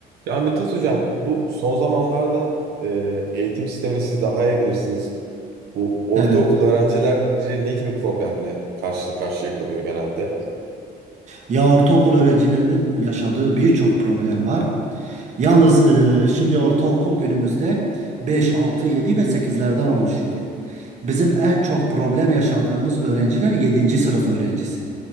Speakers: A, on the right; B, on the right.
A: Ya Mithat Hocam, bu son zamanlarda e, eğitim sistemini siz daha iyi bilirsiniz. Bu ortaokul
B: Evet.
A: öğrencileri ne gibi problemle karşı karşıya kalıyor genelde?
B: Ya ortaokul öğrencilerinin yaşadığı birçok problem var. Yalnız e, şimdi ortaokul günümüzde 5, 6, 7 ve sekizlerden oluşuyor. Bizim en çok problem yaşadığımız öğrenciler yedinci sınıf öğrencisi.